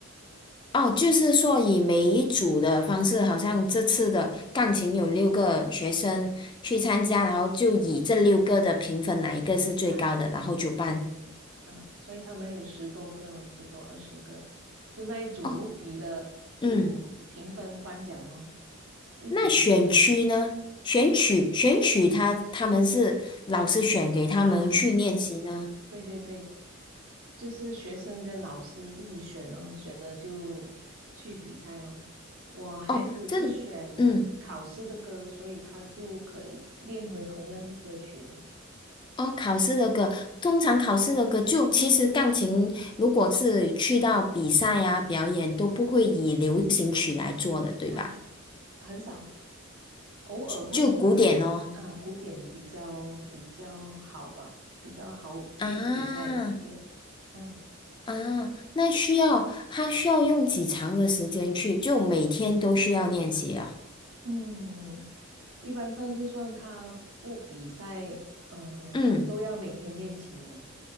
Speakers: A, on the left; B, on the right.
A: 哦，就是说以每一组的方式，好像这次的钢琴有六个学生去参加，
B: 嗯
A: 然后就以这六个的评分哪一个是最高的，
B: 嗯啊，
A: 然后就办。
B: 对对对啊，所以他们有十多个了，十多二十个，就那一组比了就评分颁奖咯，
A: 哦，嗯，
B: 一组一组来
A: 那选区呢？选曲选曲他他们是老师选给他们去练习呢？
B: 啊，对对对，就是学生跟老师自己选哦，选了就去比赛咯。我孩子是选考试的歌，
A: 哦，这，嗯，
B: 所以他就可以练回同样的歌曲咯。
A: 哦，考试的歌，通常考试的歌就其实钢琴，如果是去到比赛呀、表演，都不会以流行曲来做的，对吧？
B: 啊，很少，偶尔会有啦。
A: 就就古典咯。
B: 啊，古典比较比较好吧，比较好去比赛，
A: 啊
B: 比较嗯
A: 啊，那需要他需要用几长的时间去，就每天都需要练习啊。
B: 嗯，一般上就算他不比赛，呃，
A: 嗯
B: 都要每天练琴了